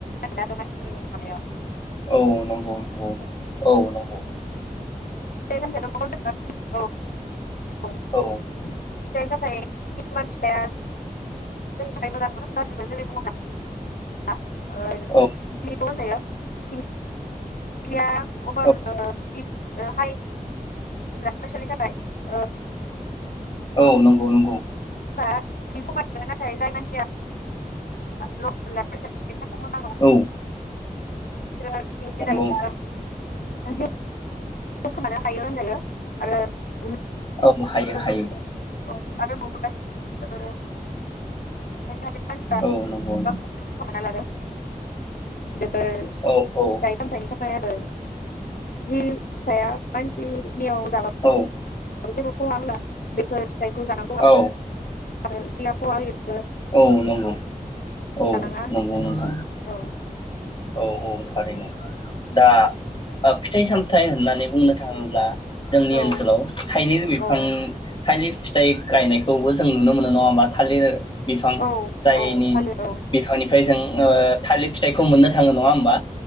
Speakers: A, on the left; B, on the left.
A: जागोन मानसिनि माबायाव <unintelligible>
B: औ नंगौ नंगौ। औ नंगौ।
A: <unintelligible> औ फिथाइनि
B: खोनादों
A: थाखाय खिसुमान फिथाइया जोंनि थाखाय मोजांबो गाज्रिबो जेरै बुङोब्ला ओ <unintelligible>
B: औ
A: खौबो होनजायो। थिं ख्लिया अबार
B: औ
A: ओ ओ हा बिराद बोसोरनि थाखाय ओ
B: औ नंगौ नंगौ।
A: बा थै खमायनो नाथाय जाय मानसिया ल' ब्लाड प्रेसार बिसोरनि थाखाय मोजां नङा
B: औ
A: <inaudible>
B: नंगौ
A: <unintelligible> खोमानो हायो होनजायो आरो ओ
B: औ हायो
A: ओउ
B: हायो
A: ओउ आरो नुबोगासिनो खायसे खायसे
B: औ नंगौ नंगौ
A: मानसिफ्रा ओ खोमाना लादों। बेफोर फिथाइ
B: औ औ
A: सामथायाइनि थाखाय आरो जि फिथाइया मानसिनियाव जाबाबो
B: औ
A: जेबो खहा होआ बेफोर फिथाइखौ जानांगौ आ
B: औ
A: आरो बिलाबखौ आ <unintelligible>
B: औ नंगौ। औ
A: जानाङा होनजायो
B: नंगौ नोंथां
A: आरो
B: औ औ नों थारैनो दा ओ फिथाइ सामथाइ होननानै बुंनो थाङोब्ला जोंनि
A: औ
B: ओनसोलाव थाइगिर बिफां
A: औ
B: थालिर फिथाइ गायनायखौबो जों नुनो मोनो नङा होमबा थालिर बिफां
A: औ
B: जायनि
A: औ थालिर औ
B: बिफानि फाय जों ओ थालिर फिथाइखौ मोननो थाङो नङा होमबा